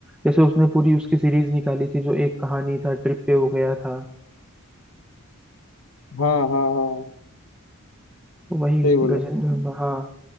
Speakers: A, in the centre; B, on the left.
A: जैसे उसने पूरी उसकी सीरीज निकाली थी जो एक कहानी था ट्रिप पे हो गया था
B: हाँ हाँ हाँ
A: तो वही
B: सही बोले
A: गजेंद्र हम्म। हुआ। हाँ